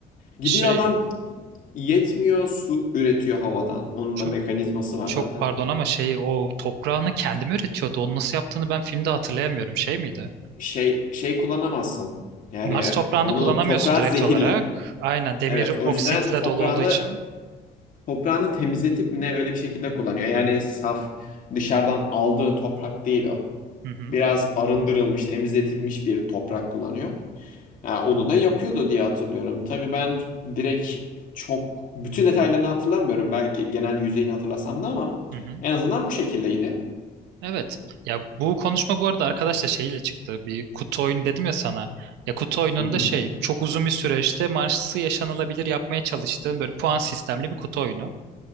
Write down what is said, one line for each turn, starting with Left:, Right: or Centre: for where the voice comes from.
Left: Gidiyor
Right: Şey,
Left: adam yetmiyor su üretiyor havadan. Onun
Right: ço-
Left: da mekanizması var
Right: Çok
Left: zaten.
Right: pardon ama şeyi o toprağını kendi mi üretiyordu? Onu nasıl yaptığını ben filmde hatırlayamıyorum. Şey miydi?
Left: şey şey kullanamazsın. Yani
Right: Mars toprağını
Left: onun
Right: kullanamıyorsun
Left: toprağı
Right: direkt
Left: zehirli.
Right: olarak. Aynen demir
Left: Evet,
Right: oksitle
Left: o yüzden toprağını
Right: dolu olduğu için.
Left: toprağını temizletip mi ne öyle bir şekilde kullanıyor. Yani saf dışarıdan aldığı toprak değil o.
Right: Hı hı.
Left: Biraz arındırılmış, temizletilmiş bir toprak kullanıyor. Yani onu da yapıyordu diye hatırlıyorum. Tabii ben direkt çok bütün detaylarını hatırlamıyorum. Belki genel yüzeyini hatırlasam da ama
Right: Hı hı.
Left: en azından bu şekildeydi.
Right: Evet. Ya bu konuşma bu arada arkadaşla şeyle çıktı. Bir kutu oyunu dedim ya sana. Ya kutu oyununda
Left: Hı hı.
Right: şey çok uzun bir süreçte Mars'ı yaşanılabilir yapmaya çalıştığın böyle puan sistemli bir kutu oyunu.